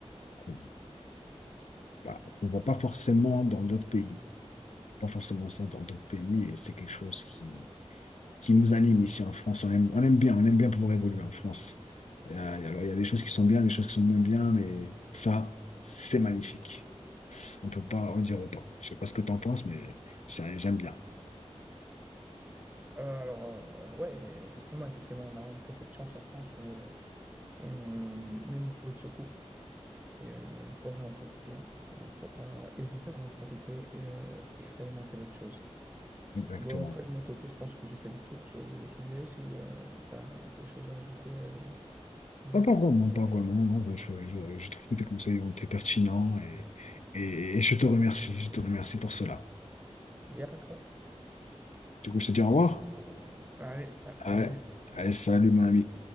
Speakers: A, on the left; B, on the right.
A: qu'on bah, qu'on voit pas forcément dans d'autres pays. Pas forcément ça dans d'autres pays, et c'est quelque chose qui, qui nous anime ici en France. On aime, on aime bien, on aime bien pouvoir évoluer en France. Euh, alors, il y a des choses qui sont bien, des choses qui sont moins bien, mais ça, c'est magnifique. On peut pas en dire autant. Je sais pas ce que tu en penses, mais ça, j'aime bien.
B: Euh, alors, euh, ouais, effectivement, effectivement, on a un peu cette chance en France où euh, on on est une bouée de secours. Et il faudrait en profiter. hein. Faut, faut pas hésiter à en profiter et euh, expérimenter d'autres choses.
A: Exactement.
B: Bon, après, de mon côté, je pense que j'ai fait le tour sur le sujet. Si tu as autre chose à ajouter, euh, n'hésite
A: Pas, pas
B: pas.
A: vraiment, pas vraiment. non. Enfin, Je, je- je trouve que tes conseils ont été pertinents et, et et je te remercie. Je te remercie pour cela.
B: Il n'y a pas de quoi.
A: Du coup, je te dis au revoir.
B: Allez, ah,
A: Ah,
B: salut.
A: ah, salut, mon ami.